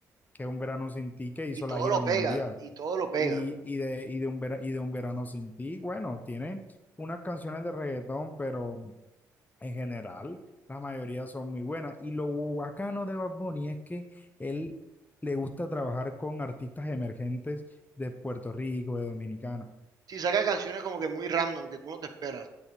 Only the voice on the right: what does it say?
Y todo
lo pega,
y todo lo pega.
Sí, saca canciones como que muy random, que tú no te esperas,